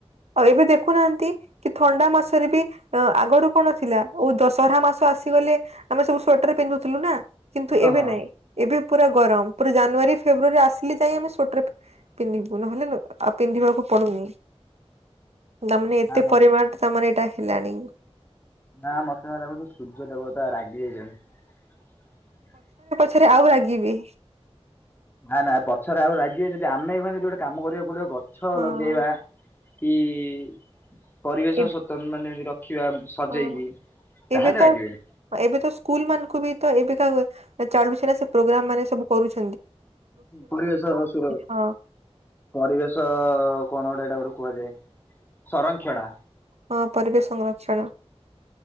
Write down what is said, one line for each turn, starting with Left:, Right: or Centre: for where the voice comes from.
Right: ଆଉ ଏବେ ଦେଖୁନାହାଁନ୍ତି! କି ଥଣ୍ଡା ମାସରେ ବି ଆଗରୁ କଣ ଥିଲା ଉ ଦଶହରା ମାସ ଆ ଆସିଗଲେ, ଆମେ ସବୁ ସ୍ଵେଟର ପିନ୍ଧୁଥିଲୁ ନା! କିନ୍ତୁ
Left: ହଁ
Right: ଏବେ,
Left: ହଁ।
Right: ନାଇଁ, ଏବେ ପୁରା ଗରମ। ପରେ ଜାନୁଆରୀ, ଫେବୃୟାରୀ ଆସିଲେ ଯାଇ ଆମେ ସ୍ଵେଟର ପିନ୍ହିବୁ, ନହେଲେ ନ ଆଉ ପିନ୍ଧିବାକୁ ପଡୁନି। ତା, ମାନେ ଏତେ
Left: ନା ମ
Right: ପରିମାଣ ତା, ମାନେ ଏଟା ହେଲାଣି।
Left: ନା, ମତେ ଯାହା ଲାଗୁଛି! ସୂର୍ଯ୍ୟ ଦେବତା ରାଗି ଯାଇଛନ୍ତି।
Right: ଥେରେ ଆଉ ରାଗିବି।
Left: ନା, ନା, ପଛରେ ଆଉ ରାଗିବେ ଯଦି, ଆମେ ଏଇଖୁଣା ଯଦି ଗୋଟେ କାମ କରିବା କୁ ପଡ଼ିବ! ଗଛ
Right: ହଁ
Left: ଲଗେଇବା କି-ଇ ପରିବେଶ
Right: ଏ
Left: ସୋତନ୍ ମାନେ ରଖିବା ସଜେଇକି?
Right: ହଁ
Left: ତାହେଲେ
Right: ଏବେ ତ,
Left: ରାଗିବେନି।
Right: ଏବେ ତ ସ୍କୁଲ ମାନଙ୍କୁ ବି ତ ଏବେକା ଚାଲୁଛେ, ନା ସେ ପ୍ରୋଗ୍ରାମ୍ ମାନେ ସବୁ କରୁଛ
Left: ପରିବେଶ ସୁର
Right: ହଁ
Left: ପରିବେଶ-ଅ କଣ ଗୋଟେ ଏଇଡା ଗୋଡ଼ୁ କୁହାଯାଏ, ସଂରକ୍ଷଣା।
Right: ହଁ, ପରିବେଶ ସଂରକ୍ଷଣ।